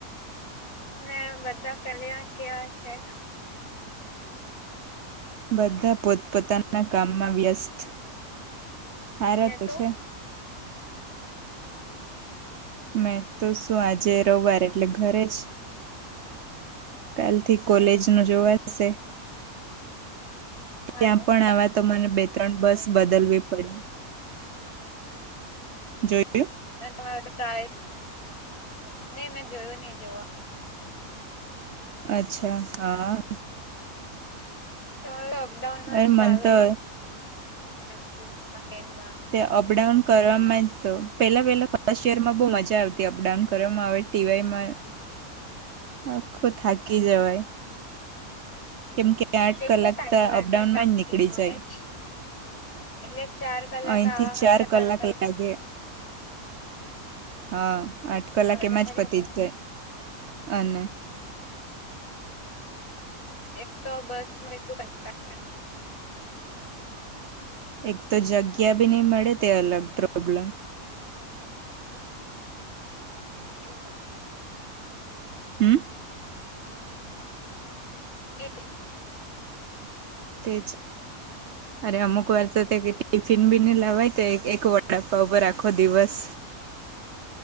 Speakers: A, on the left; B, on the right.
A: મે બધા પહેલી વાર કેવા છે.
B: બધા પોતપોતાના કામમાં વ્યસ્ત હાર
A: ને
B: તો
A: તું
B: છે. મેં તો શું આજે રવિવાર એટલે ઘરે જ. કાલથી
A: હમ
B: કોલેજનું જોવા હશે.
A: સારું
B: ત્યાં પણ આવા તો મને બે-ત્રણ બસ બદલવી પડે. જોયું.
A: અને તમારા નહીં, મેં જોયુ નહી જોવા.
B: અચ્છા, હા.
A: તમારુ અપડાઉન માં
B: અરે
A: જ ટ્રાવેલ.
B: મન તો
A: ઓસ સકન્ડમાં.
B: તે અપડાઉન કરવામાં જ તો, પહેલાં પહેલાં ફર્સ્ટ યરમાં બહુ મજા આવતી, અપડાઉન કરવામાં આવે. ટીવાયમાં.
A: <unintelligible>
B: આખું થાકી જવાય. કેમ કે, આઠ
A: કેટલો
B: કલાક
A: ટાઈમ
B: તો
A: લાગે
B: અપડાઉનમાં
A: તામથી
B: જ નીકળી
A: કોલેજ
B: જાય.
A: એટલે ચાર કલાક
B: અહીંથી
A: આવામાં
B: ચાર કલાક
A: કલાકમાં
B: લાગે. હા, આઠ કલાક
A: વધારે
B: એમાં જ પતી જાય, અને
A: એક તો બસ એટલું કંટા
B: એક તો જગ્યા બી નહી મળે, તે અલગ પ્રોબ્લમ
A: <unintelligible>
B: હમ્મ.
A: એજ.
B: તે જ અરે અમુક વાર તો તે ટી ફીન બી ની લાવાય, તો એક વડાપાઉ પર આખો દિવસ